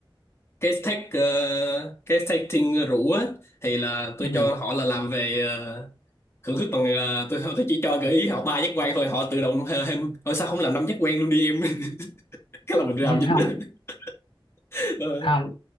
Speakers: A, on the left; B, on the left.
A: cái tech ờ, cái testing rủ á thì là tôi
B: Ừ,
A: cho họ là làm về ờ, Cưỡng khích bằng ờ, tôi <laughs> tôi chỉ cho gợi ý họ ba giác quan thôi họ tự động hê- thêm thôi sao không làm năm giác quan luôn đi em <laughs> cái là mình làm
B: ừ,
A: dính
B: không
A: <laughs> Ờ,
B: không